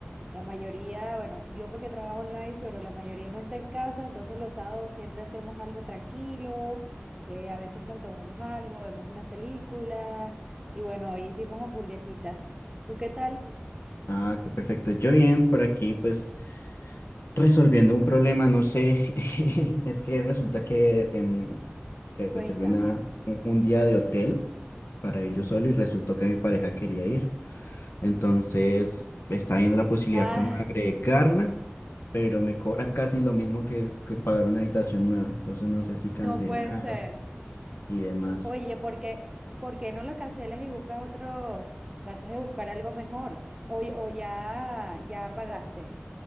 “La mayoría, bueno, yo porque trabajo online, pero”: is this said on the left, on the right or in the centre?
Right